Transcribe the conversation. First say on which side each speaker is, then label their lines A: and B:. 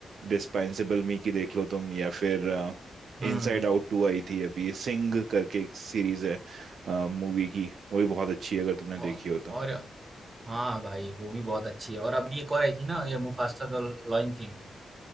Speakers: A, on the right; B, on the right.
A: डिस्पेंसिबल मी की देख लो तुम या फिर
B: हम्म
A: इनसाइड आउट टू आई थी अभी सिंग करके एक सीरीज है मूवी की वो भी बहुत अच्छी है अगर तुमने
B: औ-
A: देखी हो तो।
B: और हाँ भाई वो भी बहुत अच्छी है और अभी एक और आई थी ना ये मुफासा द लॉयन किंग